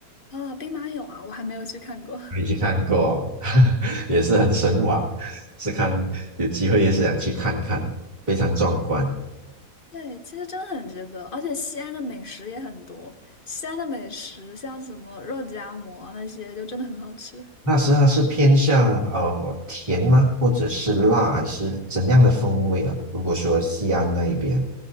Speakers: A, on the left (about 40°); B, on the right (about 25°).
A: 啊兵马俑啊，我还没有去看过。<laughs>
B: 没去看过，<laughs> 也是很神往，是看有机会也是想去看看，非常壮观。
A: 对，其实真的很值得，而且西安的美食也很多。西安的美食像什么肉夹馍那些，就真的很好吃。
B: 那是它是偏向呃甜吗？或者是辣，还是怎样的风味啊？如果说西安那一边，